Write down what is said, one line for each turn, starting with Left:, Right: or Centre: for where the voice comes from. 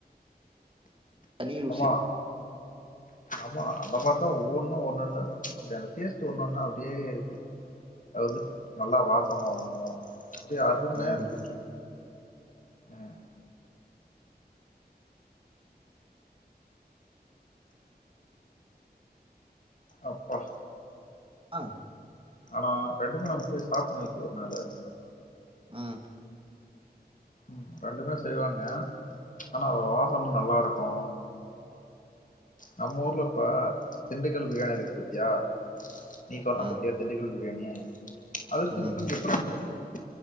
Right: தனி ருசி.
Left: ஆமா ஆமா அந்த மாரிதா ஒவ்வொன்னு ஒண்ணொண்ணு அப்டி அந்த டேஸ்ட் ஒண்ணு ஒண்ணு அப்டியே இருக்கு அது வந்துட்டு நல்லா வாசமாவு அப்டியே அருமையா
Right: ம்.
Left: இருக்கு விக்கி ம் அப்பா
Right: ஆ
Left: ஆனா ரெண்டுமே நம்ம போய் சாப்டன்னு விக்கி ஒருனாலு
Right: ம்
Left: ம் ரெண்டுமே செய்வாங்க ஆனா அதோட வசோ இன்னு நல்லாருக்கு நம்ம ஊர்ல இப்ப திண்டுக்கல் பிரியாணி இருக்கு பத்தியா நீ சொன்ன
Right: ம்,
Left: பத்தியா திண்டுக்கல் பிரியாணி அதுக்கு
Right: ம்,
Left: இதுக்கு டிஃபரண்ட் இருக்கு